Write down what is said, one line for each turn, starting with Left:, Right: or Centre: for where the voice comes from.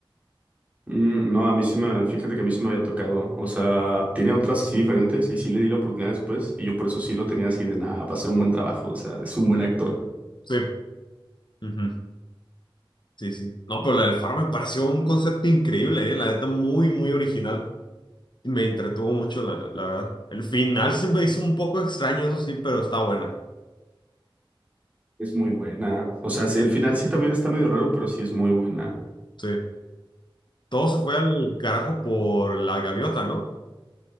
Right: Mm, no, a mí sí me, fíjate que a mí sí me había tocado. O sea, tiene otras así diferentes y sí le di la oportunidad después y yo por eso sí lo tenía así de nada, va a ser un buen trabajo. O sea, es un buen actor.
Left: Sí. Ujú. Sí, sí. No, pero la del Faro me pareció un concepto increíble, ¿eh? La neta, muy, muy original. Me entretuvo mucho, la, la verdad. El final se me hizo un poco extraño, eso sí, pero está buena.
Right: Es muy buena. O sea, sí, el final sí también está medio raro, pero sí es muy buena.
Left: Sí. Todo se fue al carajo por la gaviota, ¿no?